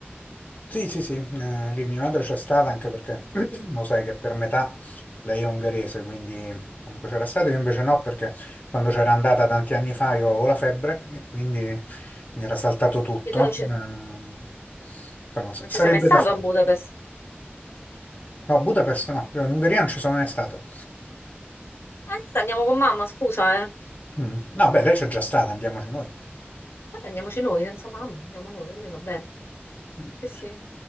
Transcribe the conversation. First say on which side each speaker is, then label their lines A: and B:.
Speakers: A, on the left; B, on the left.
A: Sì, sì, sì, eh, lì mia madre c'è stata anche perché <clears throat> lo sai che per metà lei è ungherese, quindi comunque c'era stata, io invece no perché quando c'era andata tanti anni fa io avevo la febbre e quindi mi era saltato tutto.
B: E tu non ci,
A: Eh, però s-
B: non
A: sarebbe
B: ci sei mai stato
A: da fare.
B: a Budapest?
A: No, Budapest no, io in Ungheria non ci sono mai stato.
B: Eh, Allora andiamo con mamma, scusa, eh.
A: Mm. No, beh, lei c'è già stata, andiamoci noi.
B: Eh, andiamoci noi, senza mamma, andiamo noi, a me va bene.
A: Mm.
B: Sì, sì.